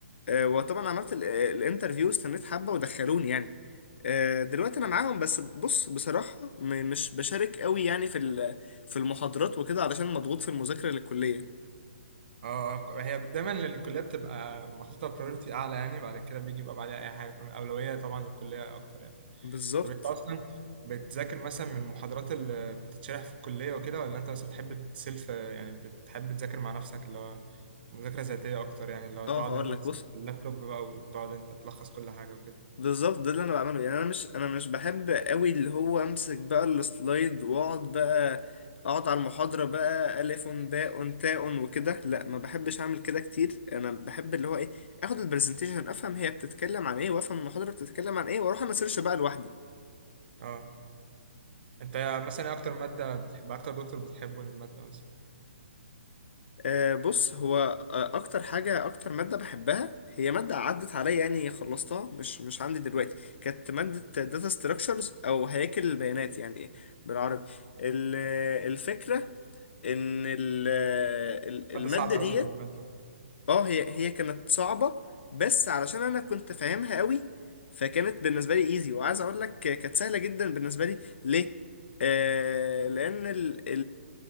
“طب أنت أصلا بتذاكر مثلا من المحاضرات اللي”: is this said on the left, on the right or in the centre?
Right